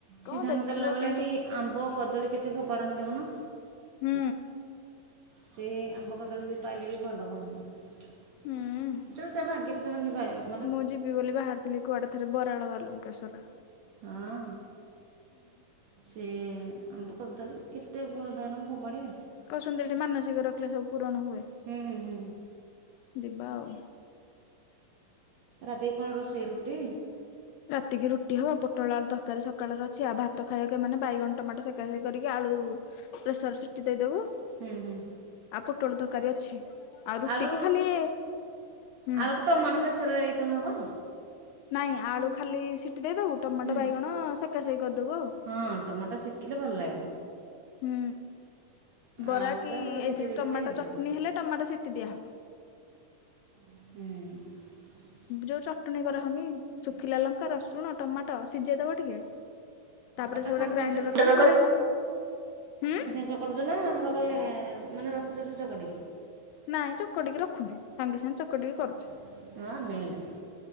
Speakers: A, on the left; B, on the right.
A: କଣ
B: ସିଏ ଝାମୁ
A: ଦେଖିବ
B: ଚାଲିଲା ବେଳେ
A: କେମିତି
B: ବି ଆମ୍ବ କଦଳୀ କେତେ ଫୋପାଡନ୍ତି ଦେଖୁନ।
A: ହୁଁ।
B: ସେ ଆମ୍ବ କଦଳୀ ଯିଏ ପାଇଲେ ବି ଭଲ କହୁଚନ୍ତି।
A: ହୁଁ
B: ଯୋଉ ତା ଭା <unintelligible> ପାଇବୁ।
A: ମୁଁ ଯିବି ବୋଲି ବାହାରଥିଲି କୁଆଡେ ଥରେ ବରାଳ ବାଲୁଙ୍କେଶ୍ୱର।
B: ହଁ। ସେ ଆମ୍ବ କଦଳୀ କେତେ ବରଦଣ ଫୋପାଡିବେ।
A: କଉଛନ୍ତି ଏଠି ମାନସିକ ରଖିଲେ ସବୁ ପୂରଣ ହୁଏ।
B: ହୁଁ ହୁଁ ହୁଁ
A: ଯିବା ଆଉ
B: ରାତିକି କଣ ରୋଷେଇ ରୁଟି?
A: ରାତିକି ରୁଟି ହବ, ପୋଟଳ ଆଳୁ ତରକାରୀ ସକାଳର ଅଛି। ଆଉ ଭାତ ଖାଇବାକୁ ମାନେ ବାଇଗଣ ଟମାଟୋ ସେକାସେକ କରିକି ଆଳୁ ପ୍ରେସର ସିଟି ଦେଇଦବୁ।
B: ହୁଁ ହୁଁ।
A: ଆଉ ପୋଟଳ ତରକାରୀ ଅଛି, ଆଉ ରୁଟି
B: ଆଳୁ
A: କି ଖାଲି ହୁଁ।
B: ଆଳୁକୁ ଟମାଟୋ ପ୍ରେସରରେ ଇଏ କଲେ ହବ।
A: ନାଇଁ ଆଳୁ ଖାଲି ସିଟି ଦେଇଦବୁ, ଟମାଟୋ
B: ହୁଁ
A: ବାଇଗଣ ସେକାସକି କରିଦବୁ ଆଉ।
B: ହଁ ଟମାଟୋ ସେକିଲେ ଭଲ ଲାଗିବ।
A: ହୁଁ। ବରା
B: ଆଳୁଟା
A: କି
B: ହଁ
A: ଏଇଥିରେ
B: ସେକି ଦେଇଦେଲେ
A: ଟମାଟୋ
B: ହେଇଯିବ।
A: ଚଟନୀ ହେଲେ ଟମାଟୋ ସିଟି ଦିଆହବ।
B: ହୁଁ।
A: ଯୋଉ ଚଟଣି କରାହଉନି ଶୁଖିଲା ଲଙ୍କା ରସୁଣ ଟମାଟୋ ସିଝେଇଦବ ଟିକେ। ତାପରେ
B: ଅଟା
A: ସେଗୁଡା
B: ସଙ୍ଗେ
A: ଗ୍ରାଇଣ୍ଡର
B: ସଙ୍ଗେ ଚକଟି
A: କରିକି
B: ଦବ।
A: ହୁଁ
B: ଚକଟୁଚ ନା ମୁଁ କହିଲି ମାନେ <unintelligible>
A: ନାଇଁ ଚକଟିକି ରଖୁନି ସାଙ୍ଗେ ସାଙ୍ଗେ ଚକଟିକି କରୁଛି।
B: <unintelligible>